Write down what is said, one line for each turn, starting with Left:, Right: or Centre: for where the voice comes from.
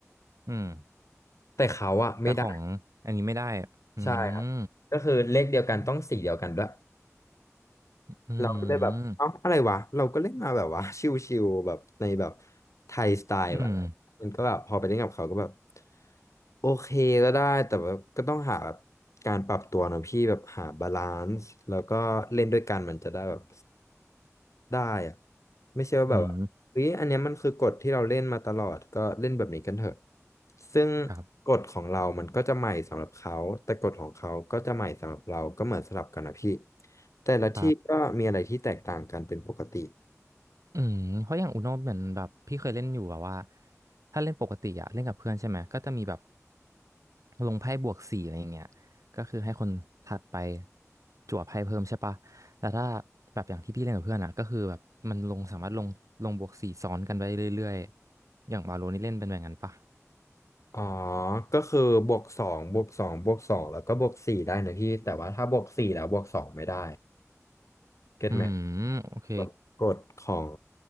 Right: อืม
Left: แต่เขาอ่ะไม่ได้
Right: แต่ของอันนี้ไม่ได้อืม
Left: ใช่ครับก็คือเลขเดียวกันต้องสีเดียวกันด้วย
Right: อืม
Left: เราก็เลยแบบเอ้าอะไรวะเราก็เล่นมาแบบว่า <laughs> ชิวๆแบบในแบบไทยสไตล์แบบ
Right: อืม
Left: มันก็แบบพอไปเล่นกับเขาก็แบบโอเคก็ได้แต่แบบก็ต้องหาแบบการปรับตัวนะพี่แบบหาบาลานซ์แล้วก็เล่นด้วยกันมันจะได้แบบได้อะไม่ใช่ว่าแบบว่าเฮ้ยอันเนี้ยมันคือกฎที่เราเล่นมาตลอดก็เล่นแบบนี้กันเถอะ
Right: อืม
Left: ซึ่ง
Right: ครับ
Left: กฎของเรามันก็จะใหม่สำหรับเขาแต่กฎของเขาก็จะใหม่สำหรับเราก็เหมือนสลับกันนะพี่แต่ละที่ก็มีอะไรที่แตกต่างกันเป็นปกติ
Right: ครับ อืมเพราะอย่างอุโนเหมือนแบบพี่เคยเล่นอยู่แบบว่าถ้าเล่นปกติอะเล่นกับเพื่อนใช่ไหมก็จะมีแบบลงไพ่บวกสี่อะไรอย่างเงี้ยก็คือให้คนถัดไปจั่วไพ่เพิ่มใช่ปะแต่ถ้าแบบอย่างที่พี่เล่นกับเพื่อนอะก็คือแบบมันลงสามารถลงลงบวกสี่ซ้อนกันไปเรื่อยๆอย่างวาโลนี่เล่นเป็นแบบนั้นปะ
Left: อ๋อก็คือบวกสองบวกสองบวกสองแล้วก็บวกสี่ได้นะพี่แต่ว่าถ้าบวกสี่แล้วบวกสองไม่ได้เก็ตไหม
Right: อืมโอเค
Left: แบบกฎของ